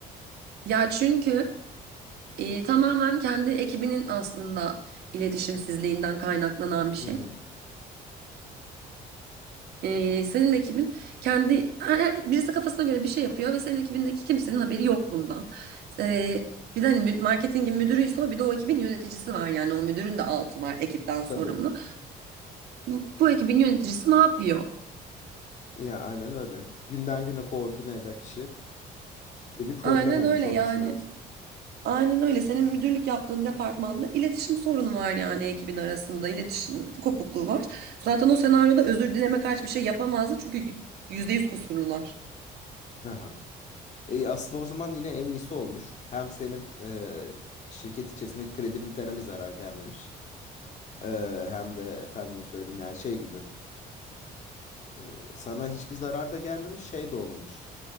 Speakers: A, on the right; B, on the left.
A: Ya çünkü e, tamamen kendi ekibinin aslında iletişimsizliğinden kaynaklanan bir şey.
B: Hı hı.
A: Ee, senin ekibin kendi her- her- birisi kafasına göre bir şey yapıyor ve senin ekibindeki kimsenin haberi yok bundan. Ee, bir de hani mü- marketingin müdürüyse o bir de o ekibin yöneticisi var yani o müdürün de altı var ekipten sorumlu.
B: Tabii.
A: Bu, bu ekibin yöneticisi ne yapıyor?
B: Ya aynen öyle. Günden güne koordine eden kişi de bir problem
A: Aynen
B: olmuş
A: öyle
B: olması
A: yani.
B: lazım.
A: Aynen öyle. Senin müdürlük yaptığın departmanda iletişim sorunu var yani ekibin arasında. iletişim kopukluğu var. Zaten o senaryoda özür dileme karşı bir şey yapamazdı çünkü yüzde yüz kusurlular.
B: Aha. E, aslında o zaman yine en iyisi olmuş. Hem senin e, şirket içerisindeki kredibilitene bir zarar gelmemiş. Ee, hem de efendime söyleyeyim yani şey gibi e, sana hiçbir zarar da gelmemiş şey de olmamış.